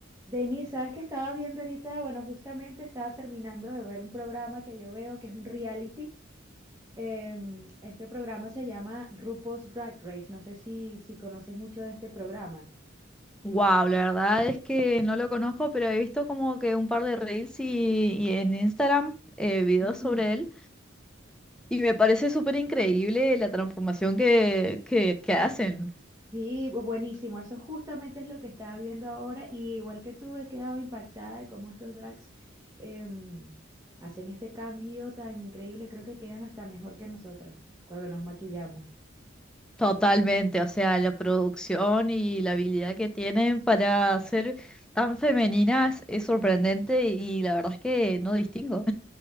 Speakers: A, on the right (about 15°); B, in the centre.
A: Denis, ¿sabes qué estaba viendo ahorita? Bueno, justamente estaba terminando de ver un programa que yo veo que es un reality. Em, este programa se llama RuPaul's Drag Race. No sé si, si conoces mucho de este programa.
B: Wow, la verdad es que no lo conozco, pero he visto como que un par de reels y, y en Instagram eh, videos
A: Ujú.
B: sobre él y me parece súper increíble la transformación que, que, que hacen
A: Sí, bu- buenísimo. Eso justamente es lo que estaba viendo ahora. Y igual que tú, he quedado impactada de cómo estos drags em, hacen este cambio tan increíble. Creo que quedan hasta mejor que nosotras cuando nos maquillamos.
B: totalmente, o sea, la producción y la habilidad que tienen para ser tan femeninas es sorprendente y la verdad es que no distingo.